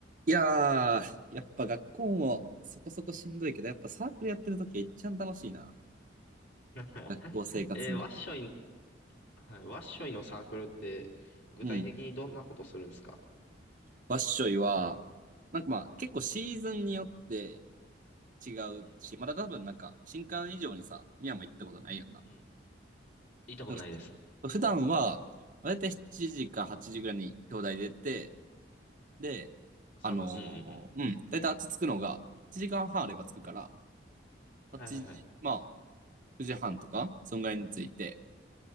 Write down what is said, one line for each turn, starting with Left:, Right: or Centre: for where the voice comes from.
Right: いやー、やっぱ学校もそこそこしんどいけど、やっぱサークルやってるときは一ん楽しいな。
Left: <laughs>
Right: 学校生活の中で。
Left: えーワッショイ、はい、ワッショイのサークルって、具体的にどんなことするんですか
Right: うん。わっしょいは、なんかまあ結構シーズンによって違うし、
Left: うん、
Right: まだ多分なんか新刊以上にさ、宮も行ったことないよな。
Left: うん。行ったことないです。
Right: だから普段は、だいたい7時か8時ぐらいに兄弟出て、で、
Left: 佐野、
Right: あのーうん、
Left: うんうんうん。
Right: だいたいあっち着くのが1時間半あれば着くから、
Left: はいはいはい。
Right: 8時、まあ9時半とか、そんぐらいに着いて、